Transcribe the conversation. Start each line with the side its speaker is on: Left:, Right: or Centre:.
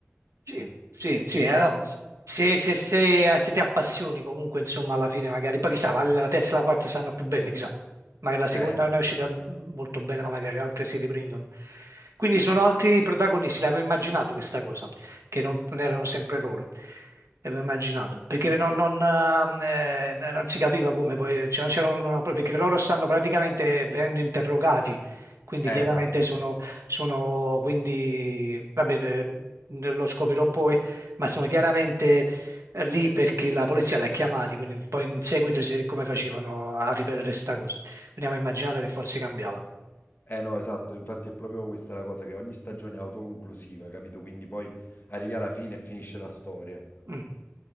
Right: Sì, sì, sì, allora, se, se, se- se ti appassioni comunque, insomma, alla fine magari, poi chissà, ma la terza e la quarta saranno più belle, chissà, magari la seconda
Left: Eh sì,
Right: non
Left: infatti.
Right: è uscita molto bene, ma magari le altre si riprendono. Quindi
Left: Sì,
Right: sono
Left: sì.
Right: altri protagonisti, l'avevo immaginato questa cosa, che non, non erano sempre loro, l'avevo immaginato, perché non, non, eh, non si capiva come poi, cioè, non c'era una, perché loro stanno praticamente venendo interrogati, quindi
Left: Eh,
Right: chiaramente
Left: esatto.
Right: sono quindi, vabbè, eh, lo scoprirò poi, ma sono chiaramente eh, lì perché la polizia li ha chiamati, quindi poi in seguito se- come facevano a ripetere sta cosa. Quindi avevo immaginato che forse cambiava.
Left: Eh no, esatto, infatti è proprio questa la cosa, che ogni stagione è autoconclusiva, capito? Quindi poi arrivi alla fine e finisce la storia.
Right: Mm.